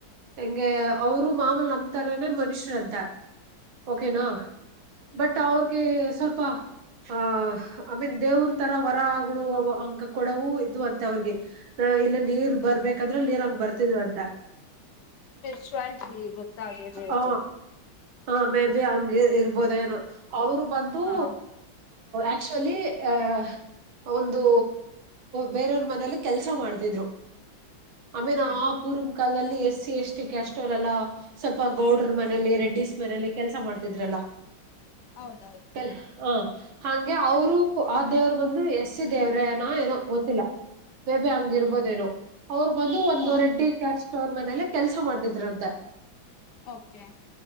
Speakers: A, on the right; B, on the left.
A: ಹೆಂಗೆ ಅವರು ಮಾಮೂಲ್ ನಮ್ಮ ತಾರನನೆ ಮನುಷ್ಯರುಂತ ಓಕೆನಾ ಬಟ್ ಅವ್ರಿಗೆ ಸ್ವಲ್ಪ ಆ ಐ ಮೀನ್ ದೇವ್ರ ತರ ವರಗಳು ಅಂಕ ಕೊಡವೂ ಇದು ಅಂತೆ ಅವ್ರಿಗೆ ಇಲ್ಲ ನೀರ್ ಬರ್ಬೇಕಂದ್ರೆ ನೀರ್ ಹಂಗ್ ಬರ್ತಿದವ ಅಂತ
B: ಸ್ಪಿರಿಚುವಾಲಿಟಿ ಗೊತ್ತಾಗಿದೆ
A: ಹ
B: ಅದೇನು
A: ಹ ಮೇ ಬಿ ಹಂಗಗೆ ಇರ್ಬೋದೇನು ಅವರು ಬಂದು
B: ಹಾ
A: ಆಕ್ಚುಲಿ ಅ ಒಂದು ಬೇರೆಯವ್ರ ಮನಲಿ ಕೆಲ್ಸ ಮಾಡ್ತಿದ್ರು ಆಮೇನ
B: ಓಕೆ
A: ಆ ಪೂರ್ವ ಕಾಲದಲ್ಲಿ ಎಸ್ಸ ಎಷ್ಟಿ ಕಾಸ್ಟ್ ರಲ್ಲ ಸ್ವಲ್ಪ ಗೌಡ್ರ ಮನೇಲಿ ರೆಡ್ಡಿಸಸ್ ಮನೇಲಿ ಕೆಲ್ಸ ಮಾಡ್ತಿದ್ರಲ್ಲ
B: ಹೌದೌದು
A: ಹ ಹ ಹಾಗೆ ಅವರು ಆ ದೇವರು ಬಂದು ಎಸ್ಸಿ ದೇವ್ರೇನ ಏನೋ ಗೊತ್ತಿಲ್ಲ ಬೇಬ ಹಂಗ ಇರ್ಬೋದೇೋ
B: ಹ
A: ಅವ್ರು ಬಂದು ಒಂದ
B: ಹ
A: ರೆಡ್ಡಿ ಕಸ್ ಕಾಸ್ಟ್ ಅವರ ಮನೇಲ್ಲ ಕೆಲ್ಸ ಮಾಡ್ದಿದ್ರಂತ
B: ಓಕೆ